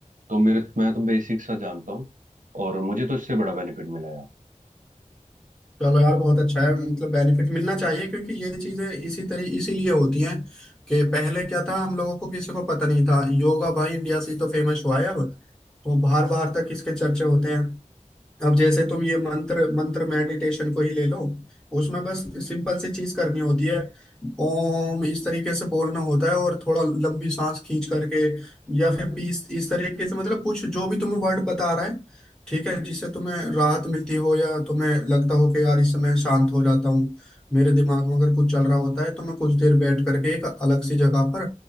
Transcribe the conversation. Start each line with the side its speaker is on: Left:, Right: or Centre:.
Right: तो मेरे मैं तो बेसिक सा जानता हूँ और मुझे तो इससे बड़ा बेनिफिट मिला
Centre: चलो यार बहुत अच्छा है मतलब बेनिफिट मिलना चाहिए क्योंकि ये चीजें इसी तरह इसीलिए होती हैं कि पहले क्या था हम लोगों को किसी को पता नहीं था योगा भाई इंडिया से ही तो फेमस हुआ है अब तो बाहर बाहर तक इसके चर्चे होते हैं अब जैसे तुम ये मंत्र मंत्र मेडिटेशन को ही ले लो उसमें बस सिंपल सी चीज करनी होती है ओम इस तरीके से बोलना होता है और थोड़ा लंबी सांस खींच करके या फिर बीस इस तरीके से मतलब कुछ जो भी तुम्हें वर्ड बता रहा है ठीक है जिससे तुम्हें राहत मिलती हो या तुम्हें लगता हो कि यार इस समय शांत हो जाता हूँ मेरे दिमाग में अगर कुछ चल रहा होता है तो मैं कुछ देर बैठ करके एक अलग सी जगह पर